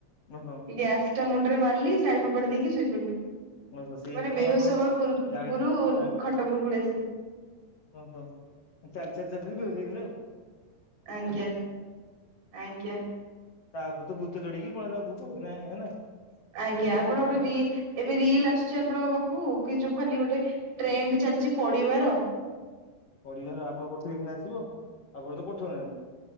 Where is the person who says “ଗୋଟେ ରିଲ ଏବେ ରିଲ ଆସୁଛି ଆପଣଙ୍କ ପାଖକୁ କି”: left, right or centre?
Right